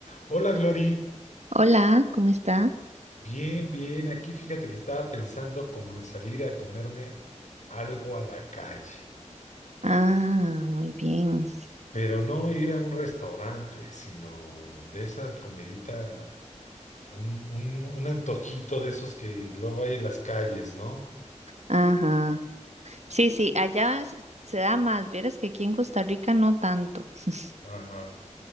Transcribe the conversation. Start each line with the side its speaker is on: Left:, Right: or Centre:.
Left: Hola, Glory.
Right: Hola, ¿cómo está?
Left: Bien, bien. Aquí fíjate que estaba pensando como en salir a comerme algo a la calle,
Right: Ah, muy bien.
Left: pero no ir a un restaurante, sino de esa comidita, un, un, un antojito de esos que luego hay en las calles, ¿no?
Right: Ajá. Sí, sí, allá s- se da más. Vieras que aquí en Costa Rica no tanto. <laughs>
Left: Ajá.